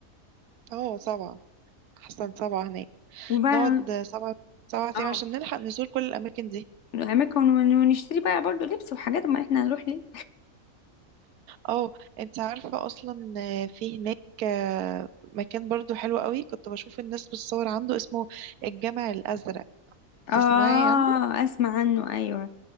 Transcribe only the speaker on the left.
وبقى
اه
اماكن ون- ونشتري بقى برضو لبس وحاجات ما احنا هنروح ليه
اه
اسمع عنه ايوه